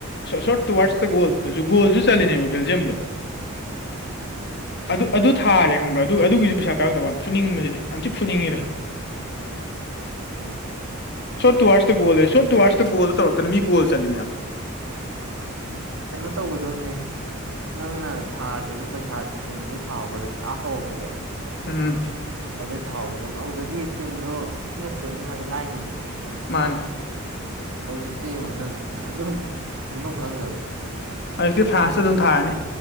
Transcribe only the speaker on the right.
<unintelligible>
ꯎꯝ
ꯀꯩꯅꯣ ꯇꯧꯒꯗꯣꯕꯅꯦ ꯅꯪꯅ ꯊꯥꯒꯦꯁꯨ ꯄꯩꯁꯥꯥꯁꯦ ꯀꯩꯅꯣꯗꯤ ꯊꯥꯎꯍꯧꯒꯗꯧꯅ ꯑꯥꯍꯔꯛꯄꯗꯣ
ꯑꯗꯨꯗꯩ ꯊꯥꯎꯒꯗꯕ ꯑꯗꯨꯗꯗꯤ ꯇꯤꯝꯗꯣ ꯁꯤꯅ ꯊꯣꯏꯅꯤ ꯍꯥꯏꯕ ꯂꯥꯏꯅꯤꯗꯅ
ꯍꯧꯖꯤꯛꯇꯤ ꯌꯦꯡꯉꯣ ꯅꯪ ꯑꯗꯨꯝ ꯈꯪꯐꯝ ꯈꯪꯗꯕꯅꯤ